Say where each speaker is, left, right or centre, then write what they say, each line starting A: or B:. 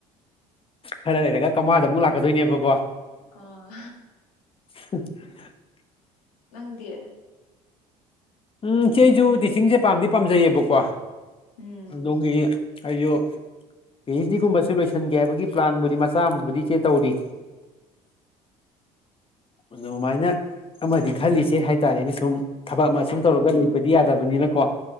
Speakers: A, on the left (about 30°); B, on the left (about 75°).
A: ꯈꯔ ꯂꯩꯔꯒ ꯀꯃꯥꯗ ꯑꯃꯨꯛ ꯂꯥꯛꯀꯗꯣꯏꯅꯦꯕꯀꯣ
B: ꯑꯥ
A: <unintelligible>
B: ꯅꯪꯗꯤ
A: ꯎꯝ ꯢꯆꯦ ꯑꯩꯁꯨ ꯇꯤꯆꯤꯡꯁꯦ ꯄꯥꯝꯗꯤ ꯄꯥꯝꯖꯩꯌꯦꯕꯀꯣ
B: ꯎꯝ
A: ꯗꯣꯡꯒꯤꯤ <inaudible> ꯑꯌꯣ ꯄꯤ ꯑꯩꯆ ꯗꯤꯒꯨꯝꯕꯁꯨ ꯂꯣꯏꯁꯤꯟꯒꯦ ꯍꯥꯏꯕꯒꯤ ꯄ꯭ꯂꯥꯟꯕꯨꯗꯤ ꯃꯆꯥ ꯑꯃꯕꯨꯗꯤ ꯏꯆꯦ ꯇꯧꯔꯤ ꯑꯗꯨꯃꯥꯏꯅ ꯑꯃꯗꯤ ꯈꯜꯂꯤꯁꯦ ꯍꯥꯏꯇꯥꯔꯦꯅꯦ ꯁꯨꯝ ꯊꯕꯛ ꯑꯃ ꯁꯨꯝ ꯇꯧꯔꯒ ꯂꯩꯕꯗꯤ ꯌꯥꯗꯕꯅꯤꯅꯀꯣ